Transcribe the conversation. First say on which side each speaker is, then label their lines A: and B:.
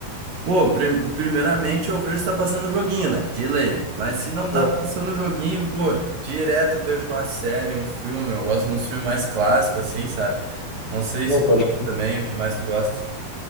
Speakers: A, on the right; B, on the left.
A: Pô, pri- primeiramente eu vejo se tá passando joguinho, né? De lei. Mas se não tá
B: Pô,
A: passando joguinho, pô, direto vejo uma série, um filme. Eu gosto de uns filmes mais clássicos, assim, sabe? Não sei
B: pô,
A: se
B: pode
A: tu gosta também, o que mais tu gosta.